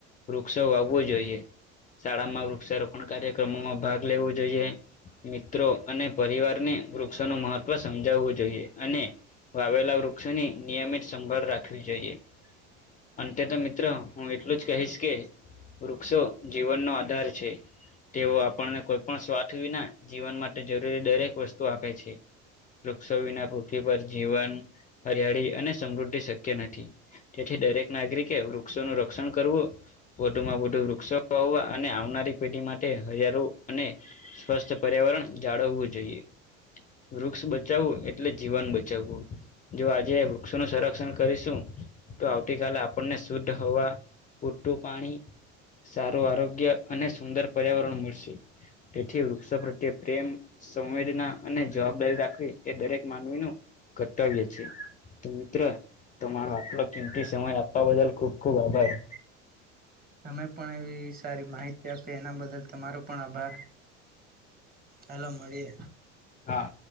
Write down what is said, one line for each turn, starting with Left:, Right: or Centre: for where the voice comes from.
Left: વૃક્ષો વાવવો જોઈએ, શાળામાં વૃક્ષારોપણ કાર્યક્રમોમાં ભાગ લેવો જોઈએ મિત્રો અને પરિવારને વૃક્ષોનું મહત્વ સમજાવવું જોઈએ અને વાવેલા વૃક્ષોની નિયમિત સંભાળ રાખવી જોઈએ. અંતે તો મિત્ર હું એટલું જ કહીશ કે વૃક્ષો જીવનનો આધાર છે તેઓ આપ ણને કોઈ પણ સ્વાર્થ વિના જીવન માટે જરૂરી દરેક વસ્તુ આપે છે. વૃક્ષો વિના પૃથ્વી પર જીવન હરિયાળી અને સમૃદ્ધિ શક્ય નથી. તેથી દરેક નાગરિકે વૃક્ષો નું રક્ષણ કરવું વધુમાં વધુ વૃક્ષો વાવવા અને આવનારી પેઢી માટે હજારો અને સ્વસ્થ પર્યાવરણ જાળવવું જોઈએ. વૃક્ષ બચાવવું એટલે જીવન બચાવવું. જો આજે વૃક્ષોનું સંરક્ષણ કરીશું તો આવતીકાલે આપણને શુદ્ધ હવા પૂરતું પાણી, સારું આરોગ્ય અને સુંદર પર્યાવરણ મળશે. તેથી વૃક્ષો પ્રત્યે પ્રેમ સંવેદના અને જવાબદારી રાખવી એ દરેક માનવીનું કર્તવ્ય છે તો મિત્ર તમારો આટલો કિંમતી સમય આપવા બદલ ખુબ ખુબ આભાર.
Right: તમે પણ એવી સારી માહિતી આપી એના બદલ તમારો પણ આભાર. હેલો મળીએે
Left: હા